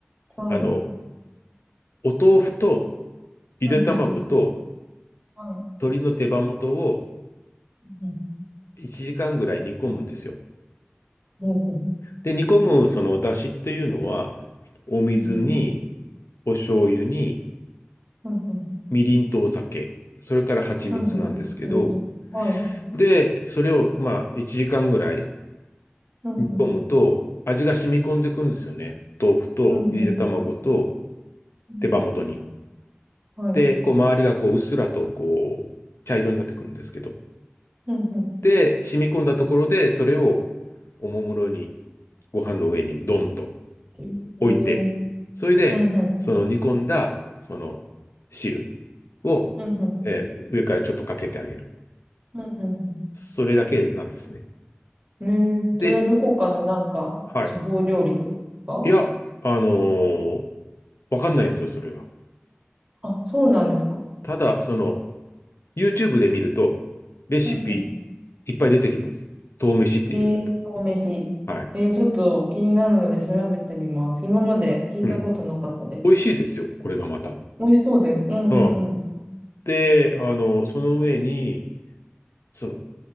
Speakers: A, on the right; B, on the left.
A: はい。
B: あの、お豆腐とゆで卵と
A: うん、うん。はい。
B: 鶏の手羽元を
A: うん、うん。
B: 1時間ぐらい煮込むんですよ。
A: ほうほう。
B: で、煮込むその出汁っていうのは、お水に、
A: うん、うん。
B: お醤油に、
A: うん、うん。
B: みりんとお酒、それから蜂蜜なんですけど、
A: うん、うん。なるほどはい。
B: で、それをまあ1時間ぐらい
A: うん、
B: 煮込むと、
A: うん。
B: 味が染み込んでいくんですよね。豆腐とゆで卵と
A: うん、うん。うん
B: 手羽元に。
A: うんはい。
B: で、こう周りがこううっすらとこう茶色になってくるんですけど。
A: うん、うんうんううんうんうんうんうんうんはいうんうんうんうんうんうんはいうんうん
B: で、染み込んだところで、それをおもむろにご飯の上にドンと
A: ええ
B: 置いて、それで、
A: うんうん、
B: その煮込んだ、その汁を、
A: うんうん、
B: えー上からちょっとかけてあげる。
A: うんうん
B: それだけなんですね。
A: うん。ええそれはどこかのなんか、
B: で、はい。
A: 地方料理とかですか
B: いや、あのーわかんないんですよ、それが。
A: あ、そうなんですか
B: ただ、その、YouTube で見ると、レシピ
A: うんうん。
B: いっぱい出てきます。豆飯って入れると。
A: ええお飯。
B: はい。
A: ええちょっと気になるので調べてみます。今まで聞いたことなかったです。
B: うん。美味しいですよ、これがまた。
A: 美味しそうです。うんうんうん。
B: うん。で、あの、その上に、その、